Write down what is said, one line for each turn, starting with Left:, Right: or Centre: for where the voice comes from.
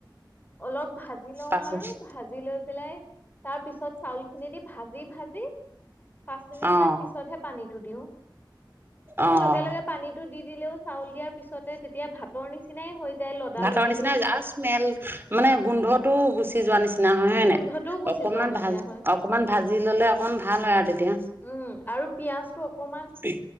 Left: অলপ ভাজি লওঁ
Right: পাচ-
Left: আৰু ভাজি লৈ পেলাই, তাৰ পিছত চাউল খিনি দি ভা যি ভাজি পাঁচ মিনিট
Right: অ
Left: মান পিছতহে পানী টো দিওঁ। আকৌ
Right: অ
Left: লগে লগে পানীতটো দি দিলেওঁ, চাউল দিয়াৰ পিছতে তেতিয়া ভাতৰ নিচিনাই হৈ যায় লদা
Right: ভাতৰ
Left: লদি
Right: নিচিনা হৈ যায়। আৰু স্মেল মানে গোন্ধটো গুচি যোৱা নিচ চিনা হয়, হয় নে
Left: গোন্ধটোও
Right: নাই?
Left: গুচি
Right: অকনমান
Left: যোৱাৰ নিচিনা
Right: ভাজ,
Left: হয়
Right: অকনমান ভাজি ললে, অকমান ভাল হয় আৰু তেতিয়া। হম ম
Left: উম আৰু পিয়াজটো অকমান
Right: ম ম।